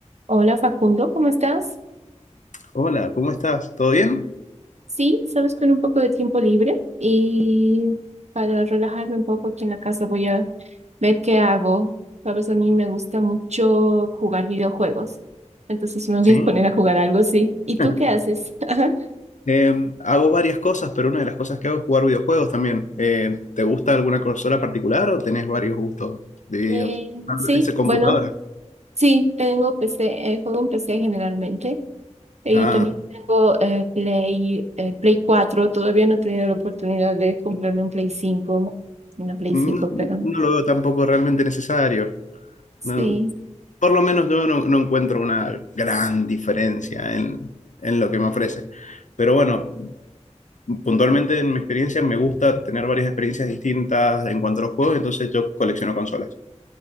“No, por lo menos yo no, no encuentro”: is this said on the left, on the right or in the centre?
Left